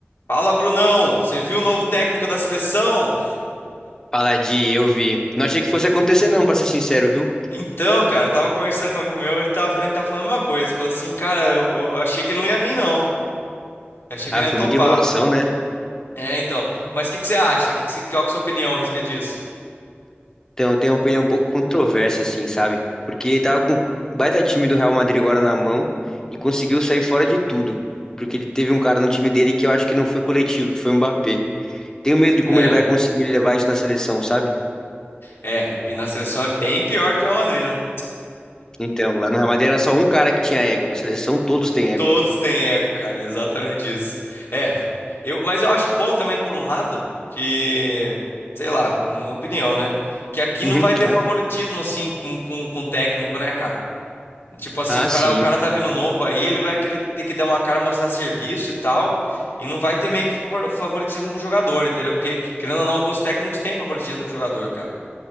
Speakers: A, on the left (about 70°); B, on the left (about 15°).
A: Fala, Brunão! Você viu o novo técnico da seleção?
B: Fala de eu vi. Não achei que fosse acontecer, não, pra ser sincero, viu?
A: Então, cara, eu tava conversando com um amigo meu, ele tava, ele tá falando a mesma coisa. Falou assim, cara, eu, eu achei que ele não ia vir, não. Eu achei
B: Ah,
A: que ele
B: foi
A: ia topar.
B: muita enrolação, né?
A: É, então. Mas o que que você acha? Que que você- qual que é a sua opinião a respeito disso?
B: Então, eu tenho uma opinião um pouco controversa, assim, sabe? Porque ele tava com o baita time do Real Madrid agora na mão e conseguiu sair fora de tudo. Porque ele teve um cara no time dele que eu acho que não foi coletivo, que foi o Mbappé. Tenho medo de
A: É,
B: como ele vai conseguir levar isso na seleção, sabe?
A: é, e e na seleção é bem pior do que o Real Madrid, né?
B: Então, lá no Real Madrid era só um cara que tinha ego. Na seleção, todos têm
A: Todos
B: ego.
A: têm ego, cara, é exatamente isso. É, eu, mas eu acho bom também, por um lado, que, sei lá, uma opinião, né? Que aqui
B: Uhum,
A: não vai
B: claro.
A: ter favoritismo, assim, com, com, com técnico, né, cara? Tipo assim,
B: Ah,
A: o cara,
B: sim.
A: o cara tá vindo novo aí, ele vai querer ter que dar uma cara, mostrar serviço e tal, e não vai ter meio que favor- favoritismo com o jogador, entendeu? Porque, querendo ou não, alguns técnicos têm favoritismo com o jogador, cara.